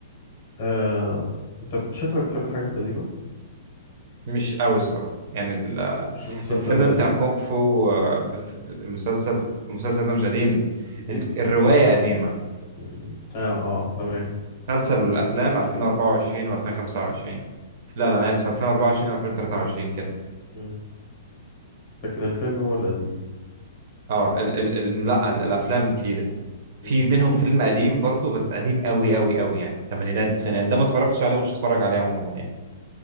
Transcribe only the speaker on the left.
آه... أنت ب- شكلك بتحب الحاجات القديمة
مش المسلسل
ده
قديم
جديد
مم. آه آه تمام
مم. لكن الفيلم هو القديم
مم.